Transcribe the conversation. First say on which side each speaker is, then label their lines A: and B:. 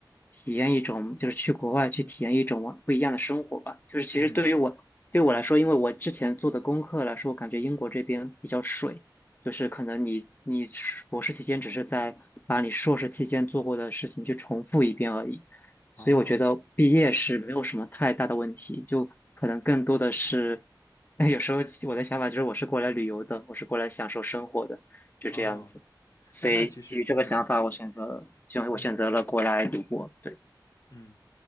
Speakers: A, on the left; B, on the left.
A: 体验一种，就是去国外去体验一种不一样的生活吧。就是其实对于我对我来说，
B: 嗯，
A: 因为我之前做的功课来说，我感觉英国这边比较水。就是可能你你硕博士期间只是在把你硕士期间做过的事情去重复一遍而已，所以我觉得毕业是没有什么太大的问题，
B: 哦
A: 就可能更多的是，<laughs> 有时候我的想法就是我是过来旅游的，我是过来享受生活的，就这样子。
B: 哦，
A: 所以基于这个想法，
B: 那那其实跟你，
A: 我选择就我选择了过来读博。
B: 嗯
A: 对，
B: 嗯。